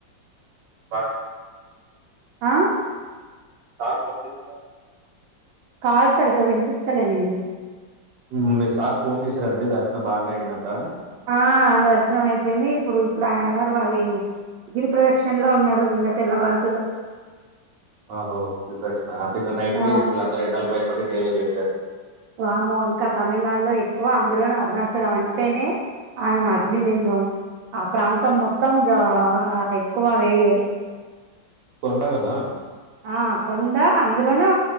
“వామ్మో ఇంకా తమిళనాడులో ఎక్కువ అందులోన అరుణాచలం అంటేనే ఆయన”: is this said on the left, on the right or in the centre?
Right